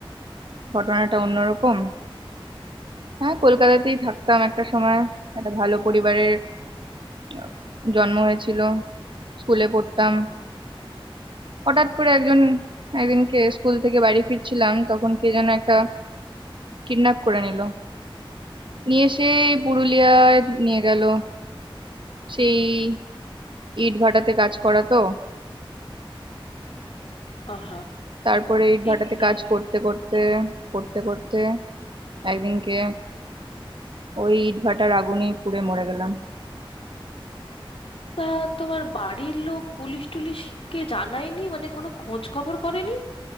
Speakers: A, on the right (about 60°); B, on the left (about 80°).
A: ঘটনাটা অন্যরকম হ্যাঁ কলকাতাতেই থাকতাম একটা সময় একটা ভালো পরিবারের আহ, জন্ম হয়েছিল স্কুলে পড়তাম হঠাৎ করে একজন একদিনকে স্কুল থেকে বাড়ি ফিরছিলাম তখন কে যেন একটা কিডন্যাপ করে নিল নিয়ে সেই পুরুলিয়ায় নিয়ে গেল সেই ইট ভাটাতে কাজ করা তো
B: আহা
A: তারপরে ইট ভাটাতে
B: এ কি
A: কাজ করতে করতে করতে করতে একদিনকে ওই ইট ভাটার আগুনেই পুড়ে মরে গেলাম
B: তা তোমার বাড়ির লোক পুলিশ টুলিশকে জানায়নি মানে কোনো খোঁজ খবর করেনি